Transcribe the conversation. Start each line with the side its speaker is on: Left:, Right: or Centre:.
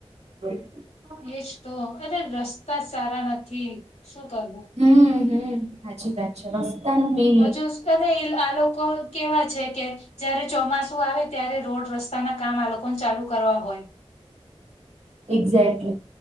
Right: <unintelligible>
Left: એજ તો અરે રસ્તા સારા નથી શું કરવું?
Right: હમ્મ હમ્મ હાચી વાત. રસ્તાનું બીજ
Left: હજુ <unintelligible> આ લોકો કેવા છે કે જયારે ચોમાસું આવે ત્યારે રોડ રસ્તાના કામ આ લોકોન ચાલુ કરવા હોય.
Right: એક્ઝેક્ટલી